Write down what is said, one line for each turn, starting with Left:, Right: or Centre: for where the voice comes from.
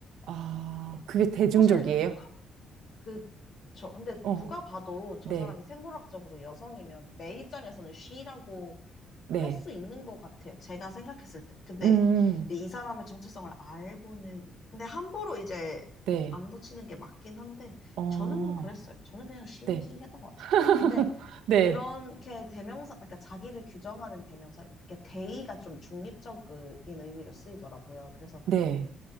Right: 아,
Left: 그러니까
Right: 그게 대중적이에요?
Left: 사실 그쵸. 근데
Right: 어,
Left: 누가 봐도 저
Right: 네,
Left: 사람이 생물학적으로 여성이면 내 입장에서는 쉬라고
Right: 네.
Left: 할 수 있는 것 같아요. 제가 생각했을 때. 근데
Right: 음,
Left: 이제 이 사람의 정체성을 알고는, 근데 함부로 이제
Right: 네,
Left: 안 붙이는 게 맞긴 한데,
Right: 어,
Left: 저는 그랬어요. 저는 그냥 쉬히
Right: 네,
Left: 했던
Right: <laughs>
Left: 것 같아요. 근데
Right: 네,
Left: 그렇게 대명사, 그러니까 자기를 규정하는 대명사를, 이렇게 대의가 좀 중립적인 의미로 쓰이더라고요. 그래서
Right: 네,